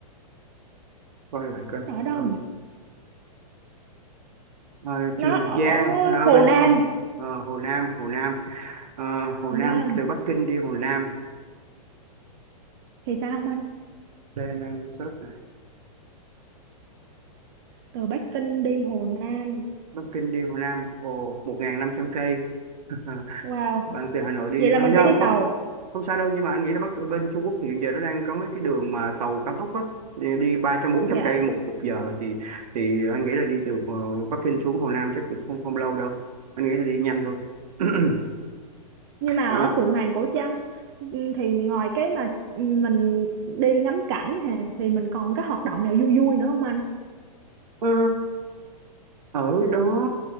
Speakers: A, on the right (about 70°); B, on the right (about 40°).
A: coi lại coi
B: nó ở đâu
A: Ờ.
B: nhỉ
A: Ờ,
B: nó
A: Trường
B: ở
A: Giang là ở
B: Hồ
A: bên
B: Nam
A: sông ờ, Hồ Nam Hồ Nam Ờ, Hồ
B: Hồ
A: Nam
B: Nam
A: từ Bắc Kinh đi Hồ Nam
B: thì sao không anh
A: đây đang search này
B: từ Bắc Kinh đi Hồ Nam
A: Bắc Kinh đi Hồ Nam ồ một ngàn năm trăm cây <laughs>
B: wow
A: bạn từ Hà Nội đi
B: vậy
A: à,
B: là mình
A: do
B: phải đi
A: không
B: tàu
A: không xa đâu nhưng mà anh nghĩ là Bắc bên Trung Quốc thì hiện giờ nó đang có mấy cái đường mà tàu cao tốc á đi đi ba trăm bốn
B: dạ
A: trăm cây một một giờ thì thì anh nghĩ là đi từ ờ, Bắc Kinh xuống Hồ Nam chắc cũng không không lâu đâu anh nghĩ là đi nhanh thôi <clears throat>
B: nhưng mà
A: Ờ,
B: ở Phượng Hoàng Cổ Trấn ừm, thì ngoài cái mà ừm, mình đi ngắm cảnh hà thì mình còn cái hoạt động nào vui vui nữa không anh
A: Ờ, ở đó